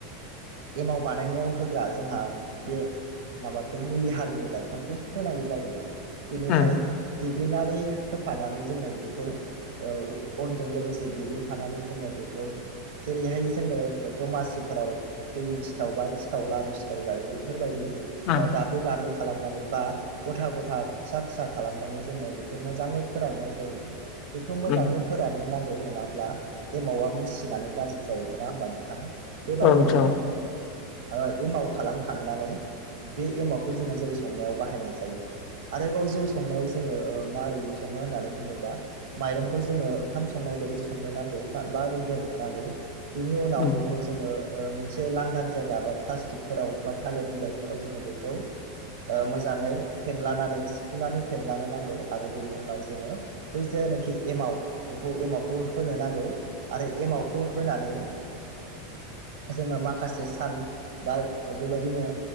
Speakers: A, on the right; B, on the left.
A: एमाव बानायनायाव होग्रा जोंहा बे माबाखौ मुलि हारिनि लाइफांखौ होनाय जायो आरो बेनिफ्राय
B: उम
A: देग्लिनानै होफानानै जोङो बेखौ ओ अनजों लोगोसे देग्लिफानानै जोङो बेखौ जेरैहाय जोङो दमासि फोराव दैनि सिथाव, बा सिथाव, लारु सिथाव जायो बेफोरबायदि
B: उम
A: दाब्ले दाब्ले खालामनानै बा गथा-गथा फिसा-फिसा खालामनानै जोङो बेखौ मोजाङै फोराननाय जायो। बेखौ मोजाङै
B: उम
A: फोराननो नां गौ नङाब्ला एमावा मुसिनानै गाज्रि जायो नङा होमबा नोंथां? बेबायदिनो
B: औ नोंथां
A: ओ एमाव खालामखांनानै बे एमावखौ जोङो जौ संनायाव बाहायनाय जायो आरो आरोबाव जौ संनायाव जोङो मारै सङो होननानै बुङोबा माइरंखौ जोङो ओंखाम संनाय बायदि सं ग्रोनांगौ बा रुगोरनो नांगौ बेनि उनाव
B: उम
A: बेखौ ओ ओ मोनसे लांदां जायगा बा प्लाषस्टिकफोराव बा थालिर बिलाइफोराव जोङो बेखौ ओ मोजाङै फेनलानानै सिफ्रुनानै फेनलानो नांगौ आरो बिनि उनाव जोङो बै जा नाखि एमाव बेखौ एमावखौ होनो नांगौ आरो एमावखौ होनानै जोङो माखासे सान बा बेबायदिनो